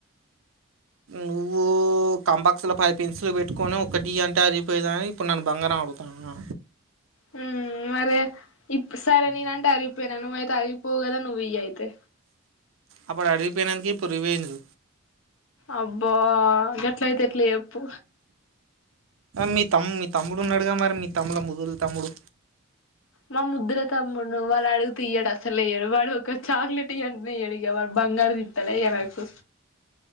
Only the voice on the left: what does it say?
హ మరే ఇ సరే నేనంటే అరిగిపోయానా నువ్్వయితే అరిగిపోవు కదా నువ్వు ఇ అయితే
అబ్బో గట్ల అయితే ఎట్ల ఎప్పు
మా ముద్రత మ వాళడి తియడు అసలు వయ్యడు వాడు ఒక చాక్లెట్ ఇంట నయ్యాడుగా వాడు బంగారు తిత్తాడుయ నాకు